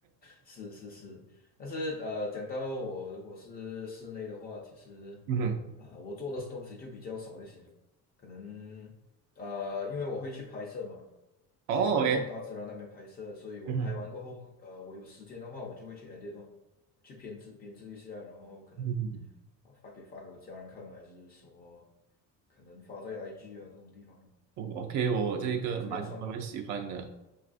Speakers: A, on the left (about 30°); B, on the right (about 60°).
A: 是是是，但是呃，讲到我如果是室内的话，其实
B: 嗯哼，
A: 啊、我做的东西就比较少一些，可能呃，因为我会去拍摄嘛，
B: 哦，OK，
A: 去外面大自然那边拍摄，所以我拍完过后，
B: 嗯哼，
A: 呃，我有时间的话，我就会去 edit 咯，去编制编制一下，然后可能
B: 嗯，
A: 啊发给发给我家人看啊，还是说可能发在 IG 啊这种地方咯，
B: 我 OK，我这个蛮我蛮喜欢的。
A: 对，这个也算。